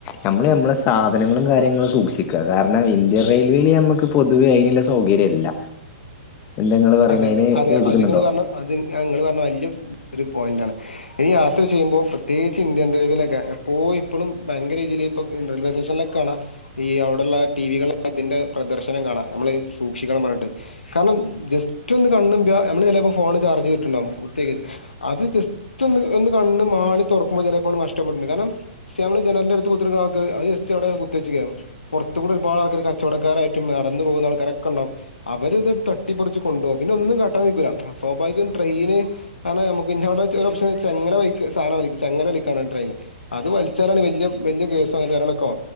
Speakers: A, on the left; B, on the left.
A: ഞമ്മൾ ഞമ്മളെ സാധനങ്ങളും കാര്യങ്ങളും സൂക്ഷിക്കുക, കാരണം ഇന്ത്യൻ റെയിൽവേയില് ഞമുക്ക് പൊതുവേ അയിനുള്ള സൗകര്യല്ല എന്താ ഇങ്ങള് പറയണേ
B: അതെ
A: അതിന്
B: അതെ
A: യോജിക്കുന്നുണ്ടോ
B: അത് നിങ്ങൾ പറഞ്ഞ അത് നിങ്ങള് പറഞ്ഞ വല്യ ഇത്ഒരു പോയിന്റ് ആണ്, ഈ യാത്ര ചെയ്യുമ്പോൾ പ്രത്യേകിച്ച് ഇന്ത്യൻ റെയിൽവേയിലക്കെ എപ്പോഴും ഇപ്പളും ഭയങ്കര രീതിയിയില് ഇപ്പ റെയിൽവേ സ്റ്റേഷനിലൊക്കെ കാണാം ഈ അവിടെള്ള ടിവികളിൽ അതിന്റെ പ്രദർശനം കാണാം നമ്മള് സൂക്ഷിക്കണം പറഞ്ഞിട്ട് കാരണം ജസ്റ്റ് ഏറ്റൊന്ന് കണ്ണും <unintelligible> നമ്മള് ചിലപ്പോൾ ഫോണ് ചാർജ് ചെയ്തിട്ടുണ്ടാവും കുത്തിക്ക അത് ജസ്റ്റ് ഒന്ന് ഒന്ന് കണ്ണു മാളി തുറക്കുമ്പോ ചിലപ്പോ നഷ്ടപ്പെട്ടിട്ടുണ്ട് കാരണം സെ നമ്മൾ ജനലിന്റെ അടുത്ത് കുത്തി ആൾക്ക് അത് ജസ്റ്റ് അവിടെ കുത്തി വച്ച്ക്ക പുറത്ത് കൂടെ ഒരുപാട് ആൾക്കാര് കച്ചവടക്കാരായിട്ട് നടന്ന് പോകുന്ന ആൾക്കാരൊക്കെ ഉണ്ടാവും അവര്ത് തട്ടിപ്പറച്ച് കൊണ്ടുപോകും പിന്നെ ഒന്നും കാട്ടാൻ നിക്കൂല്ല സ്വാഭാവികം ട്രെയിന് ആണ് നമുക്ക് പിന്നവിടെ ച ഒരു ഓപ്ഷൻ ചങ്ങല വലിക്കു സാധാരണ വലി ചങ്ങല വലിക്കാണ് ട്രെയിന് അത് വലിച്ചാലാണ് വലിയ വലിയ കേസോ കാര്യങ്ങളൊക്കെ